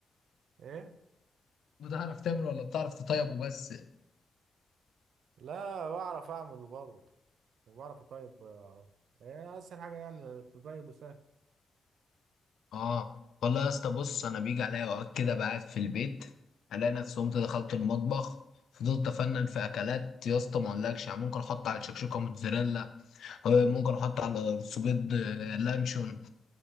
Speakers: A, on the right; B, on the left.
A: ايه
B: بتعرف تعمل ولا بتعرف تطيب وبس
A: لا بعرف اعمله برضه بعرف اطيب آه، ايه اسهل حاجة يعني تطيب وسهل
B: اه والله يا اسطى بص انا بيجي عليا اوقات كده بقعد في البيت الاقي نفسي قمت دخلت المطبخ فضلت افنن في اكلات يا اسطى ما اقولكش يعني ممكن احط على الشكشوكه موتزاريلا آه، ممكن احط على رز بيض آه، لانشون